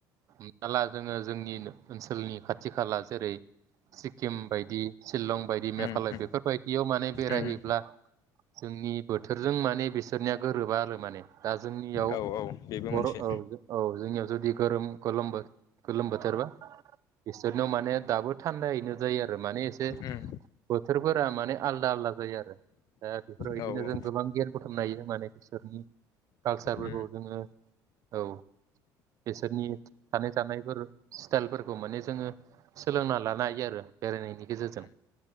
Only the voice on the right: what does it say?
हमना ला जोङो जोंनिन ओनसोलनि खाथि खाला जेरै सिक्किम बायदि सिलं बायदि मेघालय
बेफोरबायदियाव माने बेरायहैब्ला
जोंनि बो जों माने बिसोरनिया गोरोबा आरो माने। दा जोंनियाव
बर'
औ औ जोंनियाव जुदि गोरोम गोलोम बो गोलोम बोथोरबा बिसोरनयाव माने दाबो थान्दायैनो जायो आरो माने एसे बो
बोथोरफोरा माने आलदा आलदा जायो आरो ओ बेफोरबायदिनो
जों गोबां गियान बुथुमनो हायो माने बिसोरनि कालसारफोरखौ
जोङो औ बिसोरनि थानाय जानायफोर स्टाइलफोरखौ माने जोङो सोलोंना लानो हायो आरो बेरायनायनि गेजेरजों